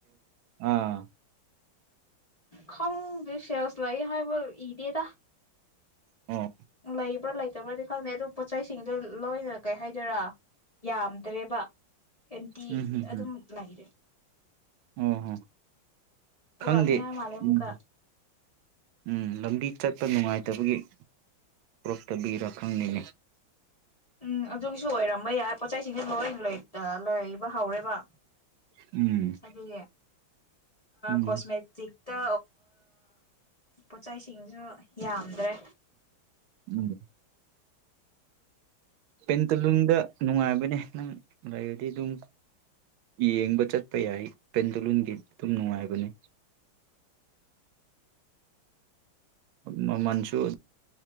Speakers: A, on the right; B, on the left.
A: ꯑꯥ
B: ꯈꯪ ꯁꯦꯌꯥꯁ ꯂꯥꯏ ꯍ ꯏꯗꯦꯗ
A: ꯑꯣ
B: ꯂꯩꯕ꯭ꯔꯥ ꯂꯩꯇꯕ꯭ꯔꯗꯤ ꯈꯪꯗꯦ ꯑꯗꯨ ꯄꯣꯠ ꯆꯩꯁꯤꯡꯗꯨ ꯂꯣꯏꯅ ꯀꯩ ꯍꯥꯏꯗꯣꯏꯔꯥ ꯌꯥꯝ ꯗꯔꯦꯕ ꯑꯦꯟꯇꯤ
A: ꯎꯝ ꯍꯝ
B: ꯑꯗꯨꯝ
A: ꯍꯝ
B: ꯂꯩꯔꯦ
A: ꯑꯣ ꯍꯣ
B: ꯄꯨꯔꯛꯅꯤꯉꯥꯏ
A: ꯈꯪꯗꯦ
B: ꯃꯥꯜꯂꯦ ꯑꯃꯨꯛꯀ
A: ꯎꯝ ꯎꯝ ꯂꯝꯕꯤ ꯆꯠꯄ ꯅꯨꯡꯉꯥꯏꯇꯕꯒꯤ ꯄꯨꯔꯛꯇꯕꯤꯔ ꯈꯪꯅꯤꯡꯅꯤ
B: ꯎꯝ ꯑꯗꯨꯒꯤꯁꯨ ꯑꯣꯏꯔꯝꯕ ꯌꯥꯏ ꯄꯣꯠ ꯆꯩꯁꯤꯡꯁꯦ ꯂꯣꯏ ꯂꯩꯣꯏꯕ ꯍꯧꯔꯦꯕ
A: ꯎꯝ
B: ꯑꯗꯨꯒꯤ
A: ꯎꯝ
B: ꯀꯣꯁꯃꯦꯇꯤꯛꯇ ꯄꯣꯠ ꯆꯩꯁꯤꯡꯁꯨ ꯌꯥꯝꯗ꯭ꯔꯦ
A: ꯎꯝ ꯄꯦꯟꯇꯣꯂꯨꯟꯗ ꯅꯨꯡꯉꯥꯏꯕꯅꯦ ꯅꯪ ꯂꯩꯕꯗꯤ ꯑꯗꯨꯝ ꯌꯦꯡꯕ ꯆꯠꯄ ꯌꯥꯏ ꯄꯦꯟꯇꯣꯂꯨꯟꯒꯤ ꯑꯗꯨꯝ ꯅꯨꯡꯉꯥꯏꯕꯅꯦ ꯃ ꯃꯁꯨꯨ